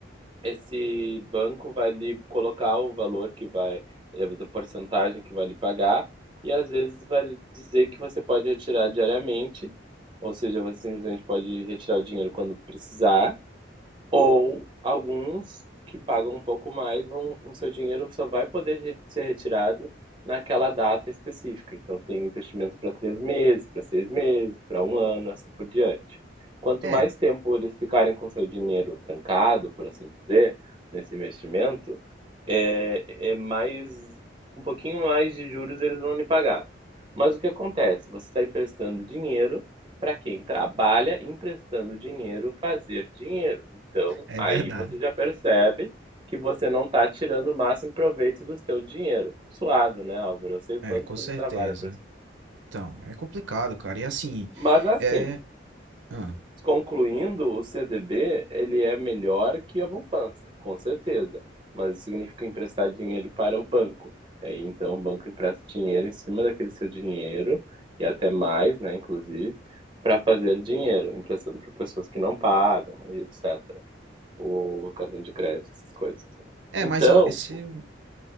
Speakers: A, on the right (about 25°); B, on the right (about 75°).
A: esse banco vai lhe colocar o valor que vai, eh, da porcentagem que vai lhe pagar, e às vezes vai dizer que você pode retirar diariamente, ou seja, você simplesmente pode retirar o dinheiro quando precisar, ou alguns que pagam um pouco mais, vão, o seu dinheiro só vai poder re- ser retirado naquela data específica. Então, tem investimentos para três meses, para seis meses, para um ano, assim por diante. Quanto
B: É,
A: mais tempo eles ficarem com seu dinheiro trancado, por assim dizer, nesse investimento, é, é mais, um pouquinho mais de juros eles vão lhe pagar. Mas o que acontece? Você está emprestando dinheiro para quem trabalha emprestando dinheiro fazer dinheiro. Então,
B: é
A: aí
B: verdade.
A: você já percebe que você não está tirando o máximo proveito do seu dinheiro. Suado, né, Álvaro? Eu sei o
B: É,
A: quanto
B: com
A: você
B: certeza.
A: trabalha por isso.
B: Então, é complicado, cara. E assim,
A: Mas assim,
B: é. ah.
A: Concluindo, o CDB ele é melhor que a poupança, com certeza, mas isso significa emprestar dinheiro para o banco. E aí, então, o banco empresta dinheiro em cima daquele seu dinheiro, e até mais, né, inclusive, para fazer dinheiro, emprestando para pessoas que não pagam, e etc. O cartão de crédito, essas coisas.
B: É,
A: Então,
B: mas eu, esse, eu-